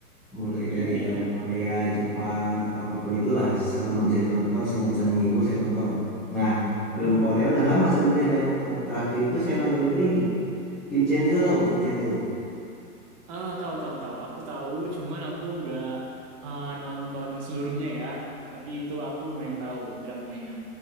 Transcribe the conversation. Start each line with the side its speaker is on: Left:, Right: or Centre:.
Centre: mulai dari
Right: iya iya
Centre: film
Right: iya.
Centre: Korea, Jepang atau apapun itulah selama bisa ditonton, selama bisa menghibur saya tonton. Nah, film
Right: Hmm.
Centre: Korea udah lama sebenarnya gak nonton. Terakhir itu saya nonton itu ini, Vincenzo tahu, Vincenzo.
Right: Ah, tahu tahu tahu. Aku tahu, cuman aku nggak eh, nonton seluruhnya ya. Tapi itu aku lumayan tahu dramanya.